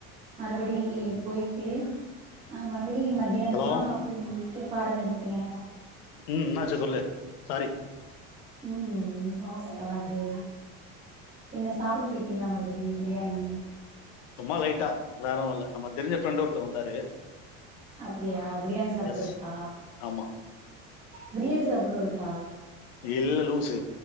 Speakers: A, on the right; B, on the left.
A: மறுபடி போயிட்டு அஹ் மறு அப்டி மதியானமா
B: ஹலோ
A: பிள்ளைங்ளு பாட நடுத்தனே
B: ம் என்னாச்சு சொல்லு சாரி
A: உம் நொ சாரி என்ன சாப்பிட போயிட்டீங்களா மறுபடி பிரியாணி
B: சும்மா லைட்டா வேறனு இல்ல நம்ம தெரிஞ்ச ஃப்ரெண்ட் ஒருத்தர் வந்தாரு
A: அப்டியா பிரியாணி சாப்படுறதுக்கா
B: எஸ் ஆமா
A: பிரியாணி சாப்பிடுறதுக்கா
B: இல்ல லூசு